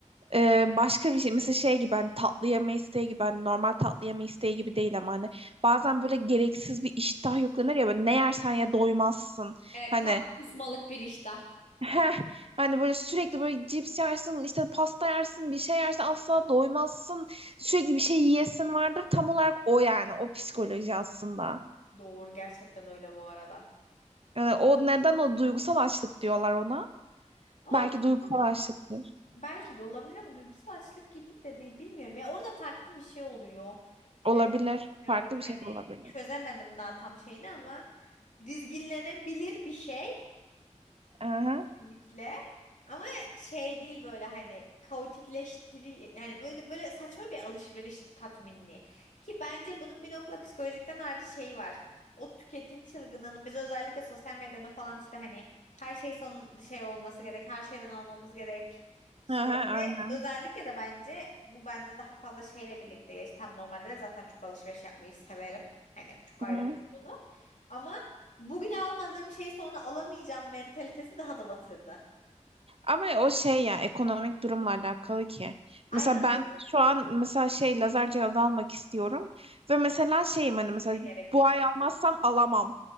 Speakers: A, on the right (about 50°); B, on the left (about 75°).
A: e, başka bir şey mesela şey gibi hani tatlı yeme isteği gibi hani normal tatlı yeme isteği gibi değil ama hani bazen böyle gereksiz bir iştah yüklenir ya böyle ne yersen ya doymazsın
B: evet
A: hani
B: tam kusmalık bir iştah.
A: <laughs> heh, hani böyle sürekli böyle cips yersin işte pasta yersin bir şey yersin asla doymazsın sürekli bir şey yiyesin vardır tam olarak o yani o psikoloji aslında
B: Doğru gerçekten öyle bu arada.
A: yani o neden o duygusal açlık diyorlar ona
B: Ama
A: belki
B: duygusal
A: duygusal açlıktır.
B: Belki de olabilir ama duygusal açlık gibi de değil. Bilmiyorum ya orada farklı bir şey oluyor.
A: Olabilir.
B: Ne de bilmiyorum
A: Farklı bir şey
B: hani
A: de olabilir.
B: çözemedim daha tam şeyini ama dizginlenebilir bir şey.
A: Aha.
B: Kesinlikle. Ama şey değil böyle hani kaotikleştiri yani böyle böyle saçma bir alışveriş tatminliği. Ki bence bunun bir noktada psikolojikten ayrıca şeyi var. O tüketim çılgınlığının biz özellikle sosyal medyada falan işte hani her şey son şey olması gerek, her şeyden almamız gerek. İşte
A: Aha,
B: ve
A: aynen.
B: özellikle de bence bu bende daha fazla şeyle birlikte yaş- Tam normalde de zaten çok alışveriş yapmayı severim. Hani bu çok ayrı
A: Hı.
B: bir konu. Ama Bugün almadığım şeyi sonra alamayacağım mentalitesi daha da batırdı.
A: Ama o şey ya ekonomik durumla alakalı ki.
B: Aynen
A: Mesela ben
B: öyle.
A: şu an mesela şey lazer cihazı almak istiyorum ve mesela şeyim hani mesela
B: Gerekli
A: bu
B: bir şey.
A: ay almazsam alamam.